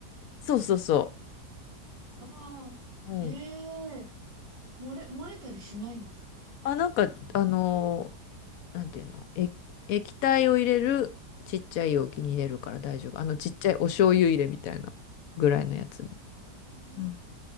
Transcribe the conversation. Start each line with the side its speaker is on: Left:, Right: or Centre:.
Left: そうそうそ
Right: ああ、
Left: う。うん。
Right: ええ漏れ、漏れたりしないんですか
Left: あ、なんか、
Right: あの、
Left: あの、なんていうの、え、液体を入れる、ちっちゃい容器に入れるから大丈夫。あの、
Right: あ
Left: ちっちゃいお醤油入れみたいなぐらいのやつ。
Right: あ、うんうん。
Left: うん。